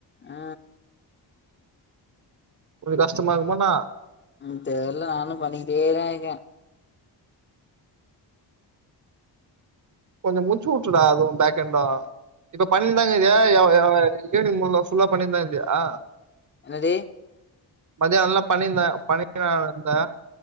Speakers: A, on the left; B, on the right.
A: ஆ
B: கஷ்டமா இருக்குமான
A: ம் தெர்ல நானு பண்ணிக்கிட்டேதா இருக்கே
B: கொஞ்ச முச்சு விட்டுடா அதுவு பேக்ண்ட இப்ப பண்ணியிருந்தாங்கியா எவ எவ ஈவினிங் ஃபுல்லா ஃபுல்லா பண்ணிட்டுதா இருந்தியா
A: என்னதே
B: மதியானம்லா பண்ணியிருந்த பன்னிட்டு தான இருந்தே